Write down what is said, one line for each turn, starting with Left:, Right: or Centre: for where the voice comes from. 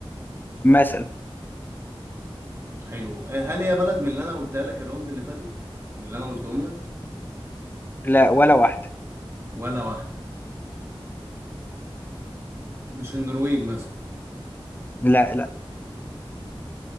Left: مثلا
Right: حلو آه، هل هي بلد من اللي انا قلتها لك الراوند اللي فاتت من اللي انا قلتهم لك
Left: لا ولا واحدة
Right: ولا واحده مش النرويج مثلا
Left: لا لا